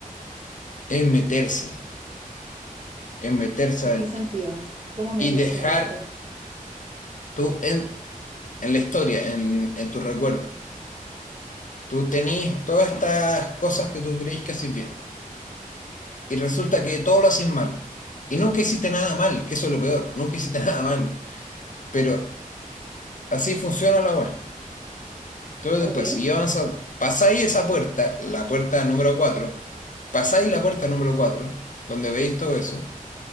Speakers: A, on the left; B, on the right.
A: es meterse, es meterse
B: ¿En
A: adentro
B: qué sentido? ¿Cómo meterse
A: y dejar
B: adentro?
A: tú en, en la historia, en, en tu recuerdo. Tú tenés todas estas cosas que tú creís que haces bien y resulta que todo lo haces mal. Y nunca hiciste nada mal, que eso es lo peor, nunca hiciste <laughs> nada mal. Pero así funciona la web. Entonces
B: ¿Ok?
A: después, si avanzas, pasáis esa puerta, la puerta número 4, pasáis la puerta número 4, donde veis todo eso,